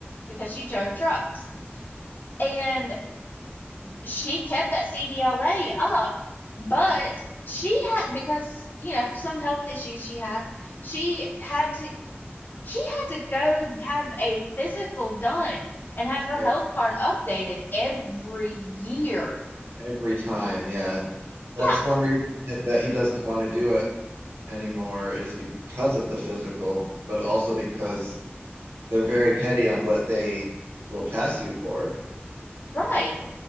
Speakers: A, on the left; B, on the right.
A: because she drove trucks. And she kept that CDLA up, but she had, because, you know, some health issues she had, she had to, she had to go have a physical done and have her
B: Yeah,
A: health card updated every year.
B: every time. Yeah. That's
A: Yeah.
B: one reason that that he doesn't want to do it anymore is because of the physical, but also because they're very petty on what they will pass you for.
A: Right.